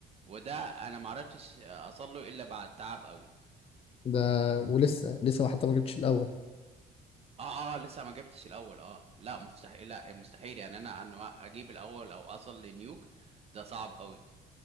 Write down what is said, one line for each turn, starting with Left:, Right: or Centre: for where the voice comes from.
Right: وده انا ما عرفتش اصل له الا بعد تعب قوي
Left: ده ولسه لسه حتى ما جبتش الاول
Right: اه اه لسه ما جبتش الاول اه لا مستحيل لا مستحيل يعني انا ان اجيب الاول او اصل لنيوك ده صعب قوي